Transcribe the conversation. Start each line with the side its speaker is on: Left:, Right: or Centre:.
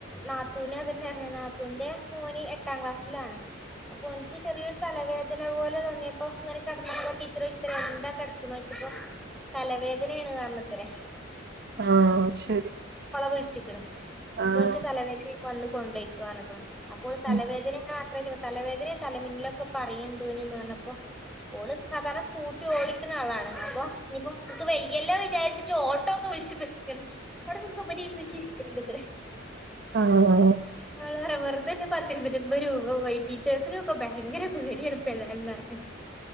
Centre: നാത്തൂനെ അതന്നെ നാത്തൂന്റെ മോനി എട്ടാം ക്ലാസ്സിലാണ് അപ്പൊ എനിക്ക് ചെറിയൊരു തലവേദന പോലെ തോന്നിയപ്പോ ഇങ്ങനെ കിടന്നപ്പോ ടീച്ചറോചത്രെ എന്താ കിടക്കണോെച്ച അപ്പൊ തലവേദനയാണ് കാരണത്തിന്
Right: ആഹ് ശരി
Centre: വിളിച്ചിക്ക്ണ്
Right: ആഹ്
Centre: മോൻക്ക് തലവേദന വന്ന കൊണ്ടേയ്ക്കോറഞ്ഞിക്കണ അപ്പോൾ തലവേദന
Right: ഉം
Centre: അ തലവേദനെ തലമിന്നിലൊക്കെ പറയണ്ടുന്ന് പറഞ്ഞപ്പോ ഓള് സാധാരണ സ്കൂട്ടി ഓടിക്കുന്ന ആളാണ് അപ്പൊ ഇനിയിപ്പോക്ക് വയ്യല്ലോ വിചാരിച്ച് ഓട്ടോ ഒക്കെ അവിടെ ചെന്നപ്പം ചിരിക്കണ്ട് ഇത്ര
Right: ആഹ്
Centre: ങ്ങള് പറ വെറ്തെ ൻ്റെ പത്തിരുന്നൂറ്റിഅമ്പത് രൂപ പോയി ടീച്ചേഴസിനും ഒക്കെ ഭയങ്കര പേടിയാണ് ഏതാലും